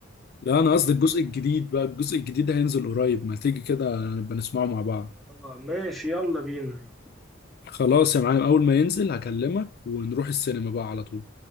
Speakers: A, on the left; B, in the centre.
A: لا انا قصدي الجزء الجديد بقى الجزء الجديد هينزل قريب ما تيجي كده نبقى نسمعه مع بعض
B: اه ماشي يلا بينا
A: خلاص يا معلم اول ما ينزل هكلمك ونروح السينما بقى على طول